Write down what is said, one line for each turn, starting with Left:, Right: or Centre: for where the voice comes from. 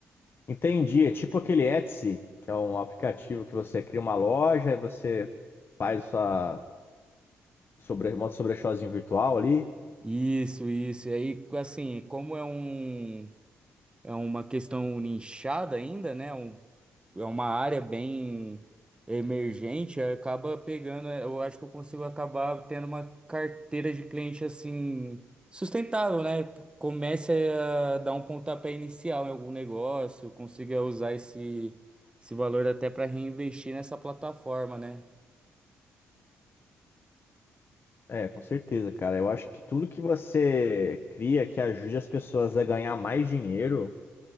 Left: Entendi. É tipo aquele Etsy, que é um aplicativo que você cria uma loja e você faz sua sobre, monta seu brechózinho virtual ali.
Right: Isso, isso. E aí, assim, como é um, é uma questão nichada ainda, né? Um- é uma área bem emergente, aí acaba pegando, eu acho que eu consigo acabar tendo uma carteira de cliente assim sustentável, né? Comece a dar um pontapé inicial em algum negócio, consiga usar esse, esse valor até para reinvestir nessa plataforma, né?
Left: É, com certeza, cara. Eu acho que tudo que você cria que ajude as pessoas a ganhar mais dinheiro